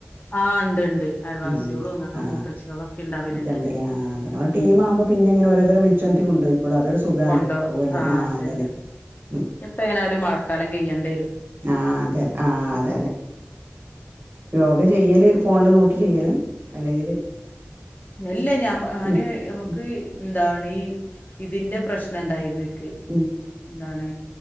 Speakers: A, on the left; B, on the right.
A: ആ ഇണ്ട് ഇണ്ട് അൽവാസ്യോളും
B: ഉം.
A: ഞങ്ങൾ
B: ആ
A: മൂത്തച്ഛിയോളൊക്കെ ഇണ്ടാവല്ണ്ട്
B: ഒക്കെ ഇണ്ടല്ലേ. ആ അതാണ്. ഒരു
A: ഉം
B: ടീമാവുമ്പോ പിന്നെ ഇങ്ങനെ ഓരോരുത്തരെ വിളിച്ചോണ്ട്
A: അങ്ങനെ
B: കൊണ്ടോയിക്കോളും. അതൊരു സുഖാണ്.
A: കൊണ്ടോ
B: പോവല്
A: ആ അതെ
B: അതന്നെ.
A: അതെ
B: ഉം.
A: ഇപ്പ എങ്ങനാലും മഴക്കാലം കെയ്യ വെരും
B: ആ അതെ ആ അതെ അതെ ചെയ്യല് ഫോണില് നോക്കി ചെയ്യലാ അല്ലെങ്കില്
A: ഉ അല്ലെ ഞ ഞാന്
B: ഉം,
A: ഞമുക്ക്
B: ഉം,
A: ഇതാണ് ഈ ഇതിന്റെ പ്രശ്ന ഇണ്ടായിര്ന്ന് ക്ക്
B: ഉം.
A: ഉം <inaudible> ആണ്